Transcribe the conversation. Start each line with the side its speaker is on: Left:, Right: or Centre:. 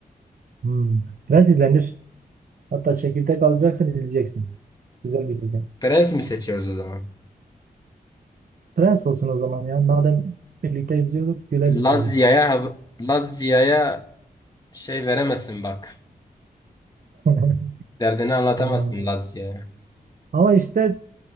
Right: hmm, Prens izlenir. Hatta çekirdek alacaksın izleyeceksin. Güzel bir dizi.
Left: Prens mi seçiyoruz o zaman?
Right: Prens olsun o zaman ya. Madem birlikte izliyorduk gülelim
Left: Laz
Right: bari.
Left: Ziya'ya hab- Laz Ziya'ya şey veremezsin bak.
Right: <laughs>
Left: Derdini anlatamazsın
Right: Ha,
Left: Laz Ziya'ya.
Right: Ama işte